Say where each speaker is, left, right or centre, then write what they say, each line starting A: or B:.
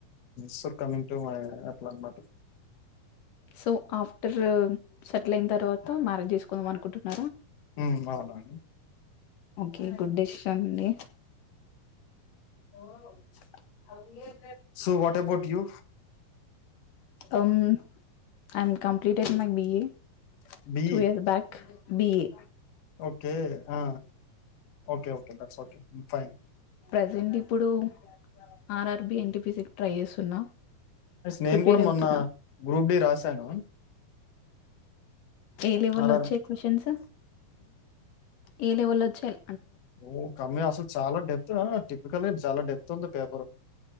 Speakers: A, on the left; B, on the left.
A: Soon coming అ అట్లా అన్నమాట
B: సో ఆఫ్టర్ సెటిల్ అయిన తర్వాత మ్యారేజ్ చేసుకుంటావా కొందం అనుకుంటునారా
A: హు అవును అండి
B: ఓకే గుడ్ డిషన్ అండి ఓ అవు ఏ
A: so what about you
B: um I'm completed my BA
A: B
B: two years back BA
A: okay ఆ okay okay that's all I'm fine
B: present ఇప్పుడు ఆర్ఆర్బి ఎన్టీపిజి కి ట్రై చేస్తున్నా
A: నేను
B: ప్రిపేర్
A: కూడా
B: అవుతున్నా.
A: మొన్న గ్రూప్ డి రాశాను
B: ఏ లెవెల్
A: ఆర్ఆర్
B: లో వచ్చాయి క్వశచన్స్ ఏ లేవళ్ళ చెల్
A: ఓ కమ్మయి అసలు చాలా డెప్త్ టిపికలీ చాలా డెప్త్ ఉంది పేపర్